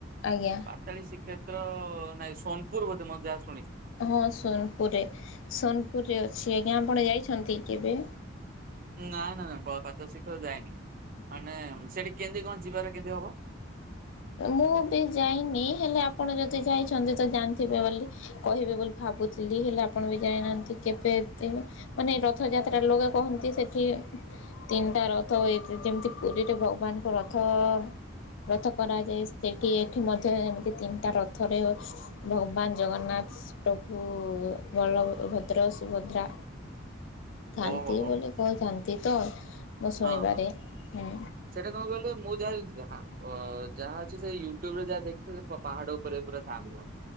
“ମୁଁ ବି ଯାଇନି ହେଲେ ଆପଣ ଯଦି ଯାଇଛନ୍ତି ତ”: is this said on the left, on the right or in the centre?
Left